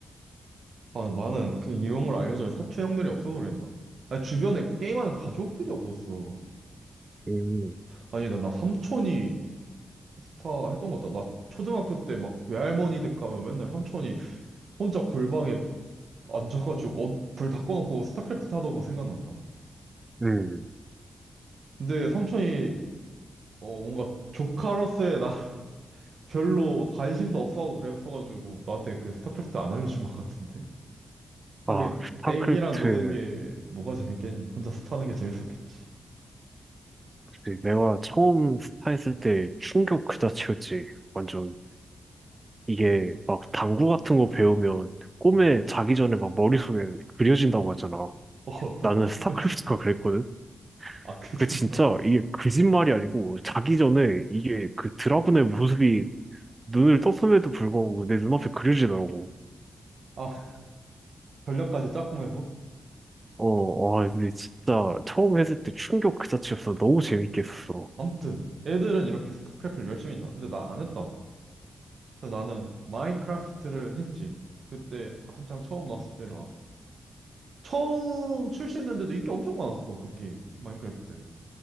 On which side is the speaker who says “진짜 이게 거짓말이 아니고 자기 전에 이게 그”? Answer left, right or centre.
Right